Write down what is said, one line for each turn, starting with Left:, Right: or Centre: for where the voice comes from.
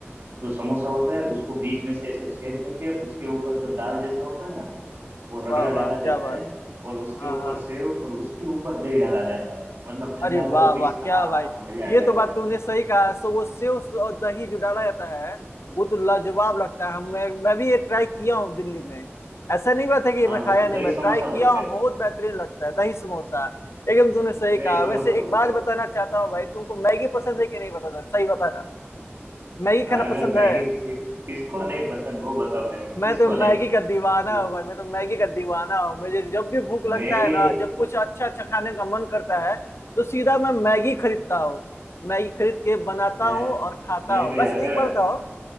Right: जो समोसा होता है उसको बीच में से ऐसे छेद करके उसके ऊपर जो दाल जैसा होता है ना वो रगड़ा
Left: वाह वाह
Right: डाला
Left: क्या
Right: जाता
Left: बात
Right: है और उसके
Left: हाँ
Right: ऊपर
Left: हाँ
Right: सेव और उसके ऊपर दही डाला जाता है मतलब ठंडा
Left: अरे वाह
Right: गर्म मिक्स
Left: वाह क्या
Right: हाँ
Left: भाई
Right: क्या मजा
Left: ये
Right: आ जाता
Left: तो बात
Right: है
Left: तुमने सही कहा सो वो सेव और दही जो डाला जाता है वो तो लाजवाब लगता है मैं मैं भी ये ट्राई किया हूँ दिल्ली में ऐसा नहीं बात है कि
Right: हाँ
Left: मैं खाया
Right: उसको
Left: नहीं
Right: दही
Left: मैं
Right: समोसा
Left: ट्राई किया
Right: बोलते
Left: हूँ
Right: हैं
Left: बहुत बेहतरीन लगता है दही समोसा एकदम तुमने सही
Right: दही
Left: कहा
Right: समोसा
Left: वैसे
Right: बोलते
Left: एक बात
Right: हैं
Left: बताना चाहता हूँ भाई तुमको मैगी पसंद है कि नहीं बताना सही बताना मैगी खाना
Right: अरे
Left: पसंद
Right: मैगी
Left: है
Right: किसी किसको नहीं पसंद वो बताओ मेरे को किसको
Left: मैं तो मैगी
Right: नहीं पसंद
Left: का दीवाना
Right: वो
Left: हूँ भाई मैं तो मैगी का दीवाना हूँ मुझे जब भी भूख लगता
Right: मैगी
Left: है ना जब कुछ अच्छा अच्छा खाने का मन करता है तो सीधा मैं मैगी खरीदता हूँ मैगी खरीद के बनाता
Right: मैं
Left: हूँ और खाता
Right: मैं
Left: हूँ
Right: भी
Left: वैसे
Right: अगर
Left: तो एक बार बताओ